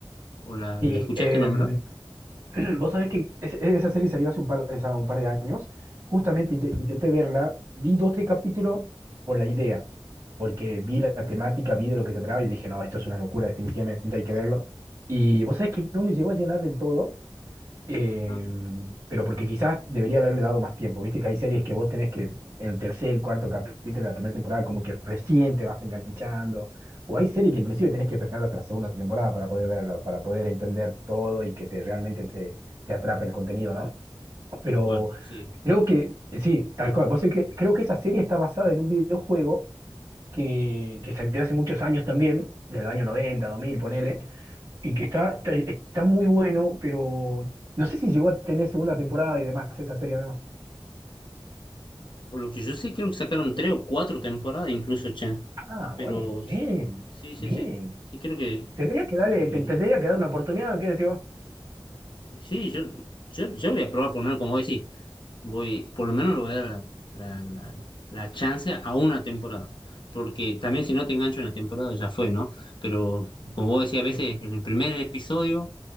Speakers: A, on the left; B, on the right.
A: ¿O la,
B: Y
A: la escuchaste
B: em,
A: nombrar?
B: <clears throat> vos sabés que es- esa serie salió hace un par de, un par de años. Justamente inte- intenté verla, vi dos, tres capítulos por la idea, porque vi la temática, vi de lo que se trataba y dije, no, esto es una locura, definitivamente hay que verlo. Y vos sabés que no me llegó a llenar del todo, Eh,
A: Ah,
B: pero porque quizás debería haberle dado más tiempo. Viste que hay series que vos tenés que en el tercer, cuarto capítulo de la primera temporada como que recién te vas enganchando. O hay series que inclusive tenés que esperar hasta la segunda temporada para poder verla, para poder entender todo y que te realmente te, te atrape el contenido, ¿no? Pero
A: tal cual, sí.
B: creo que, sí, tal cual. Vos sé que creo que esa serie está basada en un videojuego que, que salió hace muchos años también, del año noventa dos mil ponele y que está, está, está muy bueno, pero no sé si llegó a tener segunda temporada y demás esa serie, amigo.
A: Por lo que yo sé, creo que sacaron tres o cuatro temporadas incluso, che,
B: Ah,
A: pero
B: bueno, bien,
A: sí, sí,
B: bien.
A: sí, sí creo que...
B: Tendría que darle,
A: Eh,
B: te- tendría que dar una oportunidad, ¿qué decís vos?
A: Sí, yo, yo, yo voy a probar poner, como decís, voy, por lo menos le voy a dar la, la, la- la chance a una temporada. Porque también si no te engancho en la temporada ya fue, ¿no? Pero como vos decís, a veces
B: Sí,
A: en el primer episodio